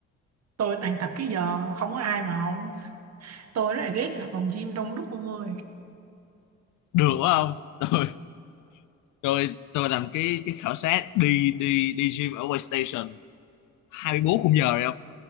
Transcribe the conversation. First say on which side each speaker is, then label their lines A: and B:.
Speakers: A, on the right; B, on the left.
A: tôi toàn tập cái giờ không có ai mà không tôi rất là ghét là phòng gym đông đúc ông ơi
B: được quá không <laughs> tôi tôi tôi làm cái cái khảo sát đi đi đi gym ở Waystation 24 khung giờ rồi không